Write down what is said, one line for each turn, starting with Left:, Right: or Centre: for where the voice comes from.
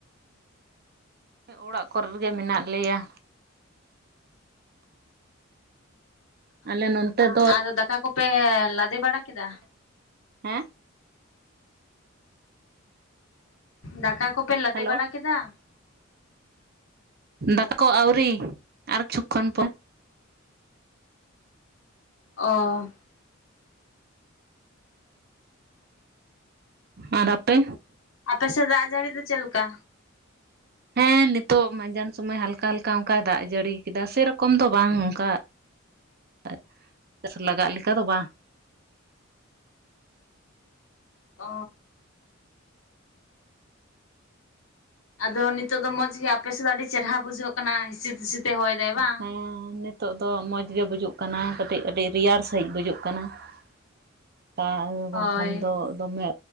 Right: ᱚᱲᱟᱜ ᱠᱚᱨᱮᱜᱮ ᱢᱮᱱᱟᱜ ᱞᱮᱭᱟ ᱟᱞᱮ ᱱᱚᱱᱛᱮ ᱫᱚ
Left: ᱟᱱ ᱫᱟᱠᱟ ᱠᱚᱯᱮ ᱞᱟᱫᱮ ᱵᱟᱲᱟ ᱠᱮᱫᱟ
Right: ᱦᱮᱸ
Left: ᱫᱟᱠᱟ ᱠᱚᱯᱮ ᱞᱟᱫᱮ
Right: ᱦᱮᱞᱳ
Left: ᱵᱟᱲᱟ ᱠᱮᱫᱟ
Right: ᱫᱟᱠᱟ ᱠᱚ ᱟᱹᱣᱨᱤ ᱟᱨ ᱪᱷᱩᱠ ᱠᱷᱚᱱ ᱯᱮ
Left: ᱚ
Right: ᱟᱨ ᱟᱯᱮ
Left: ᱟᱯᱮᱥᱮᱫ ᱫᱟᱜ ᱡᱟᱹᱲᱤ ᱫᱚ ᱪᱮᱫ ᱞᱮᱠᱟ
Right: ᱦᱮᱸ ᱱᱤᱛᱚᱜ ᱢᱟᱸᱡᱟᱱ ᱥᱚᱢᱚᱭ ᱦᱟᱞᱠᱟ ᱦᱟᱞᱠᱟ ᱚᱱᱠᱟᱭ ᱫᱟᱜ ᱡᱟᱹᱲᱤ ᱠᱮᱫᱟ ᱥᱮᱨᱚᱠᱚᱢ ᱫᱚ ᱵᱟᱝ ᱚᱱᱠᱟ <unintelligible> ᱞᱟᱜᱟᱜ ᱞᱮᱠᱟ ᱫᱚ ᱵᱟ
Left: ᱚ ᱟᱫᱚ ᱱᱤᱛᱚᱜ ᱫᱚ ᱢᱚᱸᱡᱽ ᱜᱮ ᱟᱯᱮ ᱥᱮᱫᱟᱜ ᱫᱚ ᱟᱹᱰᱤ ᱪᱮᱨᱦᱟ ᱵᱩᱡᱷᱟᱹᱜ ᱠᱟᱱᱟ ᱦᱤᱥᱤᱫ ᱦᱤᱥᱤᱫ ᱫᱮ ᱦᱚᱭ ᱫᱟᱭ ᱵᱟᱝ
Right: ᱦᱮᱸ ᱱᱤᱛᱚᱜ ᱫᱚ ᱢᱚᱡᱽ ᱜᱮ ᱵᱩᱡᱩᱜ ᱠᱟᱱᱟ ᱠᱟᱹᱴᱤᱡ ᱟᱹᱰᱤ ᱨᱮᱭᱟᱲ ᱥᱟᱦᱤᱡ ᱵᱩᱡᱩᱜ ᱠᱟᱱᱟ <unintelligible>
Left: ᱦᱳᱭ
Right: ᱵᱟᱝᱠᱷᱟᱱ ᱫᱚ ᱫᱚᱢᱮ